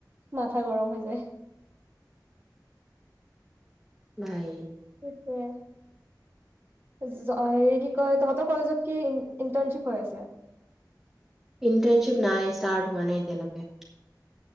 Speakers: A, on the right; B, in the centre.
A: মাথা গৰম হৈ যায়।
B: বায়
A: সেইটোয়ে হেৰি কি কয় তহতৰ কলেজত কি ইন্টাৰ্ণশ্বিপ হৈ আছে?
B: ইন্টাণশিপ নাই, ষ্টাৰ্ট হোৱা নাইতিয়ালোককে।